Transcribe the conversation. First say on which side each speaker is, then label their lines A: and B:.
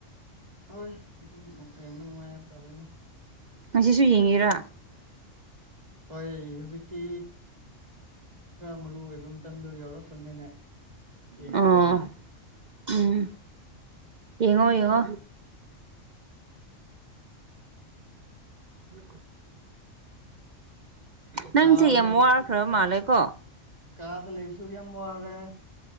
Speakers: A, on the right (about 30°); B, on the right (about 55°).
A: ꯍꯣꯏ ꯑꯗꯨꯝ ꯀꯔꯤꯝꯕ ꯅꯨꯡꯉꯥꯏꯇꯥꯔꯣꯏꯅꯣ
B: ꯉꯁꯤꯁꯨ ꯌꯦꯡꯉꯤꯔꯥ
A: ꯍꯣꯏ ꯍꯧꯖꯤꯛꯇꯤ ꯈꯔ ꯃꯔꯨ ꯑꯣꯏꯣꯏꯕ ꯃꯇꯝꯗꯣ ꯌꯥꯎꯔꯛꯈ꯭ꯔꯕꯅꯤꯅꯦ ꯌꯦꯡꯕ
B: ꯑꯣ
A: ꯇꯥꯔꯦꯅꯦ
B: ꯎꯝ ꯌꯦꯡꯉꯣ ꯌꯦꯉꯣ <unintelligible> ꯅꯪꯁꯦ
A: ꯀꯥꯗ
B: ꯌꯥꯝ
A: ꯂꯩꯕꯁꯨ
B: ꯋꯥꯈ꯭ꯔꯕ ꯃꯥꯜꯂꯦ ꯀꯣ
A: ꯀꯥꯗ ꯂꯩꯕꯁꯨ ꯌꯥꯝ ꯋꯥꯔꯦ